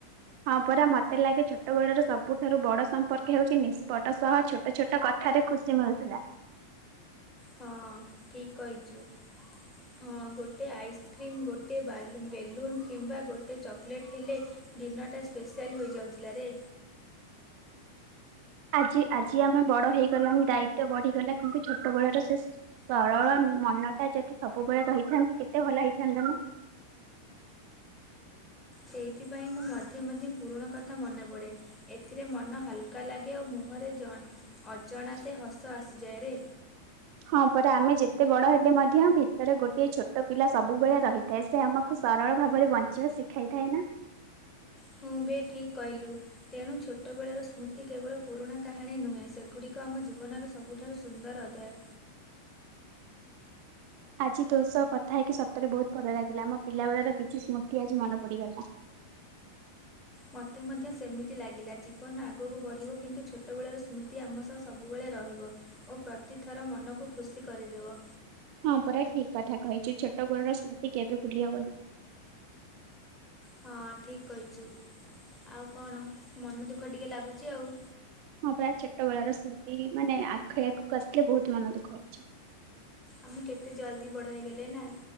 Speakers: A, on the right; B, on the left.
A: ହଁ ପରା ମତେ ଲାଗେ ଛୋଟବେଳର ସବୁଠାରୁ ବଡ ସମ୍ପର୍କ ହେଉଛି ନିଷ୍ପଟ ସହ ଛୋଟ ଛୋଟ କଥାରେ ଖୁସି ମିଳୁଥିଲା।
B: ହଁ ଠିକ କହିଛୁ। ହଁ ଗୋଟେ ଆଇସ୍କ୍ରିମ୍ ଗୋଟେ ବେଲୁନ୍ କିମ୍ବା ଗୋଟେ ଚକୋଲେଟ୍ ହେଲେ- ଦିନ ଟା ସ୍ପେଶାଲ ହେଯାଉଥିଲା ରେ।
A: ଆଜି ଆଜି ଆମେ ବଡ ହେଇଗଲଣି ଦାୟିତ୍ୱ ବଢିଗଲା କିନ୍ତୁ ଛୋଟ ବେଳର ସେ- ସରଳ ମନଟା ଯଦି ସବୁବେଳେ ରହିଥାନ୍ତେ କେତେ ଭଲ ହେଇଥାନ୍ତାନା?
B: ସେଇଥିପାଇଁ ମୁଁ ମଧ୍ୟ ମଧ୍ୟ ପୁରୁଣା କଥା ମନେ ପଡ଼େ। ଏଥିରେ ମନ ହାଲକା ଲାଗେ ଓ ମୁହଁରେ ଜନ୍ ଅଜଣାତେ
A: ନା।
B: ହସ ଆସିଯାଏରେ।
A: ହଁ ପରା ଆମେ ଯେତେ ବଡ଼ ହେଲେମଧ୍ୟ ଭିତରେ ଗୋଟଏ ଛୋଟପିଲା ସବୁବେଳେ ରହି ତେସେ ଆମକୁ ସରଳ ଭାବରେ ବଞ୍ଚିବା ଶିଖାଇଥାଏ ନା?
B: ହଁବେ ଠିକ୍ କହିଲୁ। ତେଣୁ ଛୋଟବେଳର ସ୍ମୃତି କେବଳ ପୁରୁଣା କାହାଣୀ ନୁହେଁ ସେଗୁଡ଼ିକ ଆମ ଜୀବନର ସବୁଠାରୁ ସୁନ୍ଦର ଅଧ୍ୟାୟ।
A: ଆଜି ତୋଷକଥା ହେଇକି ସତରେ ବହୁତ୍ ଭଲ ଲାଗିଲା ଆମପିଲା ବେଳର କିଛି ସ୍ମୃତି ଆଜି ମନ ପଡ଼ିଗଲା।
B: ମତେ ମଧ୍ୟ ସେମିତି ଲାଗିଲା ଜୀବନ ଆଗକୁ ବଢ଼ିବ କିନ୍ତୁ ଛୋଟବେଳେର ସ୍ମୃତି ଆମ ତ ସବୁବେଳେ ରହିବ ଓ ପ୍ରତିଥର ମନକୁ ଖୁସି କରିଦେବ।
A: ହଁ ପରା ଠିକ୍ କଥା କହିଚୁ ଛୋଟ ବୋଳର ସ୍ମୃତି କେବେ ଭୁଲି ହବନି।
B: ହଁ ଠିକ୍ କହିଚୁ ଆଉ କଣ ମନ ଦୁଃଖ ଟିକେ ଲାଗୁଚି ଆଉ।
A: ହଁ ପରା ଛୋଟ ବେଳାର ସ୍ମୃତି ମାନେ ଆଖେଇ ଆଗକୁ ଆସିଲେ ବହୁତ୍ ମନ ଦୁଃଖ ହଉଚି।
B: ଆମେ କେତେ ଜଲ୍ଦି ବଡ଼ ହେଇଗଲେନା?